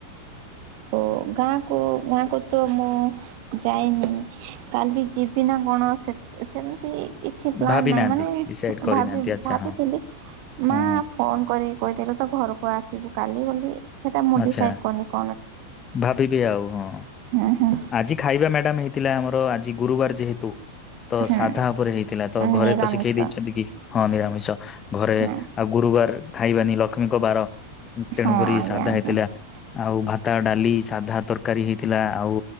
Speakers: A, on the right (about 45°); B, on the left (about 25°).
A: ଓ ଗାଁକୁ ଗାଁକୁ ତ ମୁଁ ଯାଇନି କାଲି ଯିବି ନା କଣ ସେ ସେମିତି କିଛି ପ୍ଲାନ୍
B: ଭାବି
A: ନାହିଁ
B: ନାହାନ୍ତି
A: ମାନେ
B: ଡିସାଇଡ କରିନାହାନ୍ତି
A: ଭାବି
B: ଆଚ୍ଛା
A: ଭାବିଥିଲି
B: ହଁ
A: ମା
B: ହୁଁ
A: ଫୋନ କରି କହିଦେରେ ତ ଘରକୁ ଆସିବୁ କାଲି ବୋଲି। ସେଟା ମୁଁ
B: ଆଚ୍ଛା
A: ଡିସାଇଡ କନି କ
B: ଭାବିବି ଆଉ ହଁ
A: ହୁଁ
B: ଆଜି ଖାଇବା ମ୍ୟାମ ହେଇଥିଲା ଆମର ଆଜି ଗୁରୁବାର ଯେହେତୁ ତ
A: ହୁଁ
B: ସାଧା ଉପରେ ହେଇଥିଲା ତ
A: ହୁଁ
B: ଘରେ
A: ନିରାମିଷ
B: ତ ଶିଖେଇ ଦେଇଛନ୍ତି କି ହଁ ନିରାମିଷ ଚ ଘରେ
A: ହୁଁ
B: ଆଉ ଗୁରୁବାର ଖାଇବାନି ଲକ୍ଷ୍ମୀଙ୍କ ବାର। ତେଣୁ
A: ହଁ
B: କରି <unintelligible>
A: ଆଜ୍ଞା
B: ସାଧା
A: ଆଜ୍ଞା
B: ହେଇଥିଲା ଆଉ ଭାତ ଡା ଖାଲି ସାଧା ତରକାରୀ ହେଇଥିଲା। ଆଉ